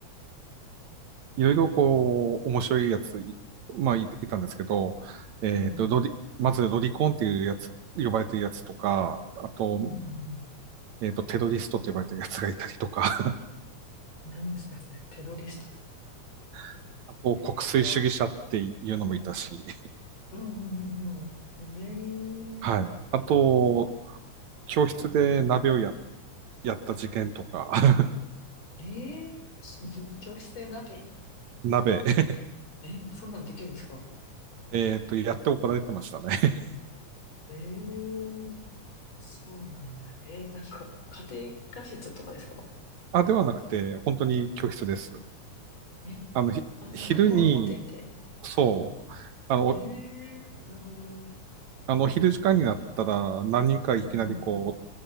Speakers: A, on the right; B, on the left.
A: いろいろこう、面白いやつ、いまあ、い、いたんですけど、えーっと、
B: うん。うん
A: ロリ、まずロリコンっていうやつ、呼ばれてるやつとか、あと、
B: うんうん。
A: えーっと、テロリストって呼ばれてるやつがいたりとか、
B: 何ですかそれ。テロリスト。
A: <laughs> あと、
B: いやいや、
A: 国粋主義者っていうのもいたし、
B: 怖っ。うんうんうんうん。ええ
A: はい。あと、教室で鍋をや、
B: うんうん。
A: やった事件とか、<laughs>
B: ええー教室で鍋。
A: 鍋、<laughs>
B: え、そんなのできるんですか
A: えっと、やって怒られてましたね。<laughs>
B: ええそうなんだ。えなんか、家庭科室とかですか
A: あ、ではなくて、本当に教室です。
B: え、
A: あの、ひ、
B: あ、
A: 昼に、
B: なんかコンロ持って行って。
A: そう、あの、
B: ええなるほど。
A: おあの、お昼時間になったら、何人かいきなりこ
B: うんうんうん。